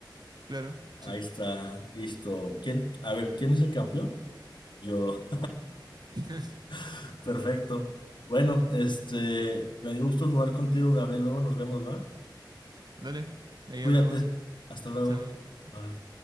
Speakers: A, on the right; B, on the left.
A: Claro,
B: Ahí
A: sí.
B: está, listo. ¿Quién? A ver, ¿quién es el campeón? Yo.
A: <laughs>
B: <laughs> Perfecto. Bueno, este, me dio gusto jugar contigo, Gabriel. Luego nos vemos, ¿va?
A: Dale, ahí
B: Cuídate.
A: hablamos.
B: Hasta luego.
A: Chao.
B: Bye.